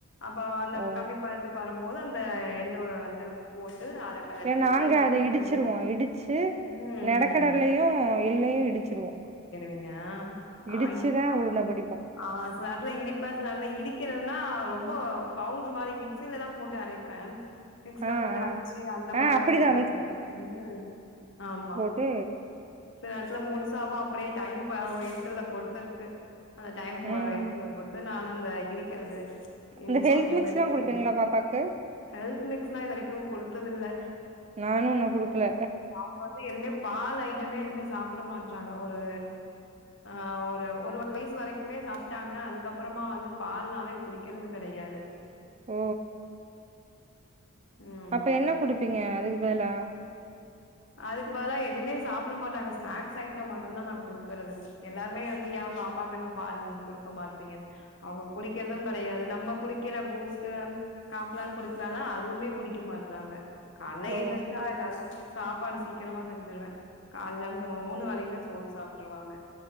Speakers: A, on the left; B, on the right.
A: அப்ப அந்த
B: ஓ
A: கம்பி பதத்துக்கு வரம் போது அந்த எள்ளு வந்து போட்டு அத கெளறிட்டு
B: இல்ல நாங்க
A: கை
B: அத இடிச்சிருவோ
A: ம்
B: இடிச்சு
A: ம்
B: நெலக்கடலையு
A: ம்
B: எள்ளையு இடிச்சிருவோ
A: ருவிங்கா ஆ
B: இடிச்சுதா
A: இதுக்கு அனுப்ச்ட்ருவோ
B: உருண்ட பிடிப்போ
A: ஆ சில நேரத்ல இடிப்ப சில நேரத்ல இடிக்கரதுன்னா ரொம்ப பவுட்ரு மாரி மிக்சிலலா போட்டு அரைப் ப மிக்ஸில
B: ஆ
A: போட்டு
B: ஆ
A: அரைச்சி அந்த
B: ஆ
A: மாரிதா
B: அப்டிதா
A: குடுத்திருக்கே ம் ஆமா
B: ட்டு
A: சில நேரத்துல முழுசாவு அப்படியே டைம் ப எடுக்கிறத பொறுத்து இருக்கு அந்த டைம் போ
B: ம்
A: எடுக்கறது பொறுத்து நான் அந்த இடிக்கறது நீங்க
B: இந்த ஹெல்த்
A: சொல்றிங்கல
B: மிக்ஸ்லா
A: மிக்ஸில
B: குடுப்பீங்களா பாப்பாக்கு
A: ஹெல்த் மிஸ்ல்லா இது வரைக்கு குடுத்ததில்ல
B: நானு இன்ன குடுக்கல
A: அவங்க வந்து எதுமே பால் ஐட்டமே எதுமே சாப்பட மாட்றாங்க ஒரு ஆ ஒரு ஒரு வயசு வரைக்குமே சாப்ட்டாங்க அதுக்கப்பறமா வந்து பால்னாவே குடிக்கறது கெடையாது
B: ஓ
A: ம் ஆமா
B: அப்ப என்ன குடுப்பீங்க அதுக்கு பதிலா
A: அதுக்கு பதலா எதுமே சாப்பட மாட்டாங்க ஸ்நாக்ஸ் ஐட்டம் மட்டுந்தா நா குடுக்கறது எல்லாருமே வந்து ஏ பாப்பாக்கு இன்னு பால் குடுக்க மாட்றிங்கன்னு அவுங்க குடிக்கிறது கெடையாது நம்ம குடிக்கிற பூஸ்ட்டு காம்ப்ளேன் குடுக்கலானா அதுமே குடிக்க மாட்றாங்க காலல
B: ஓ
A: எந்திரிச்சா எல்லாரு சாப்பாடு சீக்கரமா செஞ்சிருவே காலல மு மூணு வேலயுமே சோறு சாப்ட்ருவாங்க